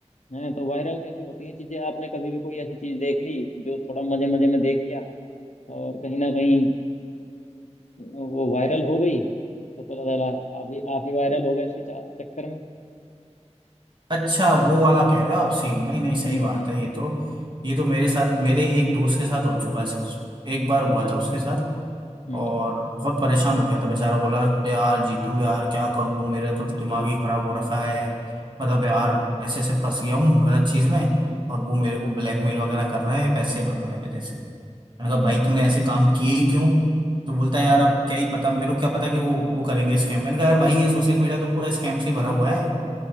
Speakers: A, on the left (about 85°); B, on the right (about 40°).
A: हैं तो वायरल कैसे होती हैं चीजें आपने कभी भी कोई ऐसी चीज देख ली जो थोड़ा मजे मजे में देख लिया और कहीं ना कहीं वो वायरल हो गई तो पता चला आप ही आप ही वायरल हो गए उसके चा- चक्कर में
B: अच्छा वो वाला कह रहे हो आप सीन नहीं नहीं सही
A: हम्म
B: बात
A: हम्म
B: है ये तो ये तो मेरे साथ मेरे एक दोस्त के साथ हो चुका है सर एक बार हुआ
A: अच्छा
B: था उसके साथ
A: हम्म
B: और बहुत परेशान हो गया था बेचारा बोला यार जीतू यार क्या करूं मेरा तो दिमाग ही खराब हो रखा है मतलब यार ऐसे ऐसे फंस गया हूँ गलत चीज में
A: हम्म
B: और वो मेरे को ब्लैकमेल वगैरह कर रहे हैं पैसे मांग रहे हैं मेरे से मैंने
A: हम्म,
B: कहा भाई तूने ऐसे काम किए ही क्यों तो बोलता है यार
A: हाँ
B: अब क्या ही पता मेरे को क्या पता कि वो वो करेंगे स्कैम मैंने कहा यार भाई ये सोशल मीडिया तो पूरा स्कैम से ही भरा हुआ है